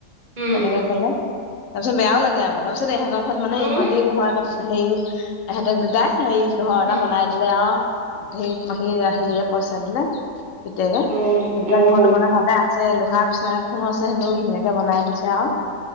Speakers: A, on the right; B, on the left.
A: উম
B: তেনেকে কলে তাৰপিছত বেয়াও লাগে আকৌ তাৰপিছত এই ঘৰত মানে
A: উম
B: ইহঁতি ঘৰ এটা হেৰি ইহঁতক দুটাই সে ঘৰ এটা
A: উম
B: বনাই দিলে আৰু সেই সেই হেৰিয়ে পইচা দিলে পিতেকে
A: উম
B: তেতিয়া
A: অ
B: ঘৰটো
A: অ
B: বনাই ভ আ যে লোহা বিচনা এখনো আছে সেনও ধুনীয়াকে বনাই দিছে আৰু